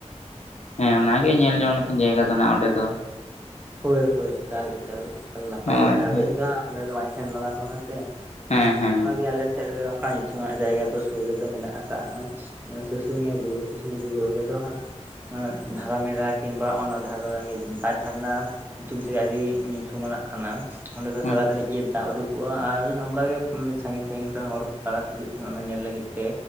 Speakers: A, on the left; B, on the right.
A: ᱦᱮᱸ ᱚᱱᱟᱜᱮ ᱧᱮᱞ ᱡᱚᱝ ᱞᱮᱠᱟᱱ ᱡᱟᱭᱜᱟ ᱫᱚ ᱱᱟᱜ ᱚᱸᱰᱮ ᱫᱚ᱾
B: ᱦᱳᱭ ᱦᱳᱭ, ᱮᱠᱟᱞ ᱮᱠᱟᱞ, ᱮᱠᱟᱞ ᱱᱟᱯᱟᱭ
A: ᱦᱳᱭ
B: ᱠᱟᱛᱷᱟ ᱟᱫᱚ
A: ᱦᱳᱭ
B: ᱤᱧ ᱫᱚ ᱦᱟᱸᱜ ᱚᱸᱰᱮ ᱫᱚ ᱵᱟᱹᱧ ᱥᱮᱱ ᱵᱟᱲᱟ ᱟᱠᱟᱱᱟ ᱥᱮ᱾
A: ᱦᱮᱸ ᱦᱮᱸ
B: ᱱᱚᱝᱠᱟ ᱜᱮ ᱟᱞᱮ ᱥᱮᱫ ᱨᱮ ᱚᱱᱠᱟ ᱧᱩᱛᱩᱢᱟᱜ ᱡᱟᱭᱜᱟ ᱫᱚ ᱥᱩᱨ ᱨᱮᱫᱚ ᱢᱮᱱᱟᱜ ᱟᱠᱟᱜ-ᱟ᱾ ᱥᱩᱥᱩᱱᱤᱭᱟᱹ ᱵᱩᱨᱩ, ᱥᱩᱥᱩᱱᱤᱭᱟᱹ ᱵᱩᱨᱩ ᱚᱸᱰᱮ ᱫᱚ ᱦᱟᱸᱜ ᱫᱷᱟᱨᱟ ᱢᱮᱞᱟ ᱠᱤᱢᱵᱟ ᱚᱱᱟ ᱫᱷᱟᱨᱮ ᱨᱮ ᱫᱟᱜ ᱡᱷᱟᱨᱱᱟ᱾ ᱧᱩᱛᱩᱢ ᱛᱮᱜᱮ ᱟᱹᱰᱤ ᱧᱩᱛᱩᱢᱟᱱᱟᱜ ᱠᱟᱱᱟ, ᱚᱸᱰᱮ ᱫᱚ
A: ᱦᱮᱸ
B: ᱥᱟᱨᱟ ᱜᱷᱟᱹᱲᱤᱡ ᱜᱮ ᱫᱟᱜ ᱩᱰᱩᱠ ᱠᱚᱜ-ᱟ ᱟᱨ ᱚᱝᱠᱟᱟᱜᱮ ᱥᱟᱺᱜᱤᱧ ᱥᱟᱹᱜᱤᱧ ᱠᱚᱨᱮᱱ ᱦᱚᱲ ᱛᱟᱲᱟᱠ ᱦᱤᱡᱩᱜ ᱛᱟᱸᱦᱮᱱ ᱚᱱᱟ ᱧᱮᱞ ᱞᱟᱹᱜᱤᱫ ᱛᱮ᱾